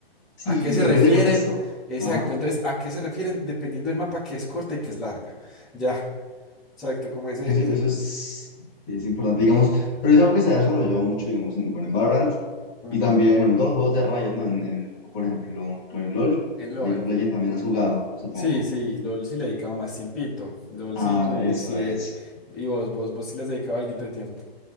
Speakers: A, on the left; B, in the centre.
A: Sí,
B: ¿A qué se
A: y
B: refieren?
A: depende del contexto.
B: Exacto,
A: Ajá.
B: entonces, ¿a qué se refieren? Dependiendo del mapa, que es corta y que es larga. Ya, exacto, como ese,
A: Eso, sí-
B: ese,
A: eso es, sí, es importante, digamos, pero es algo que se ha desarrollado mucho, digamos, en, bueno, en Valorant
B: ajá,
A: y también, bueno, en todos los juegos de Riot, ¿no? En, en, por ejemplo, bueno, en LoL,
B: en LOL.
A: League of Legends también has jugado, supongo.
B: Sí, sí, LOL sí le he dedicado más tiempito. LOL
A: Ah,
B: sí me decía,
A: eso es.
B: y vos, vos, vos sí le has dedicado algo de tiempo.